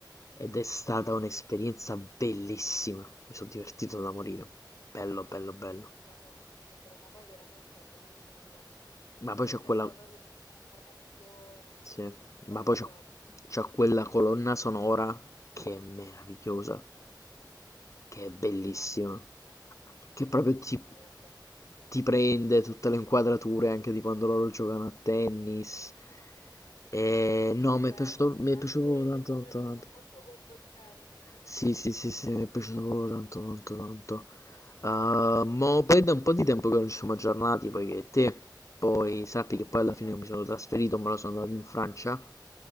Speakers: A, on the left (about 40°); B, on the left (about 80°).
A: ed è stata
B: Mm?
A: un'esperienza bellissima, mi sono divertito da morire, bello, bello, bello.
B: No, ti credo, ma poi veramente è bellissimo.
A: Ma poi
B: Mi
A: c'è
B: è piaciuta
A: quella
B: proprio tutta la narrazione.
A: Sì,
B: Bello
A: ma poi c'ha
B: proprio.
A: c'ha quella colonna sonora che è meravigliosa, che è bellissima,
B: Sì, no, bellissimo. Bellissimo,
A: che proprio ti,
B: guarda.
A: ti prende tutte le inquadrature anche di quando loro giocano a tennis. E no,
B: Bello,
A: mi è piaciuto, mi
B: sì. Anche
A: è piaciuto
B: le,
A: proprio
B: le
A: tanto,
B: inquadrature
A: tanto, tanto.
B: sono molto coinvolgenti, sì, sì.
A: Sì, sì, sì, sì, mi è piaciuto proprio tanto, tanto, tanto. Ehm, mo poi da un po' di tempo che non ci siamo aggiornati, poiché te poi sappi che poi alla fine
B: Eh,
A: mi
B: sì.
A: sono trasferito, me lo sono andato in Francia